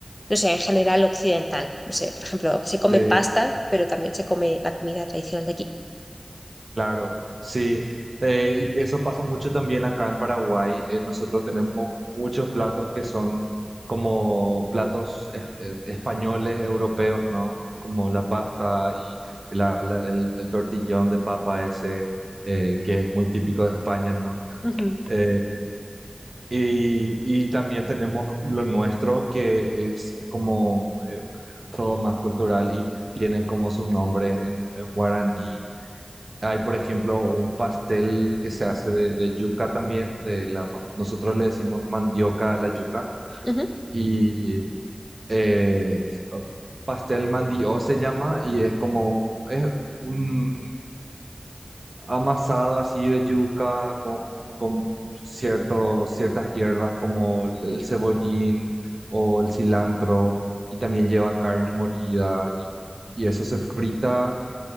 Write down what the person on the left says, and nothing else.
no sé, en general occidental. No sé, por ejemplo, se come
pasta, pero también se come la comida tradicional de aquí.
Ujú,
ujú.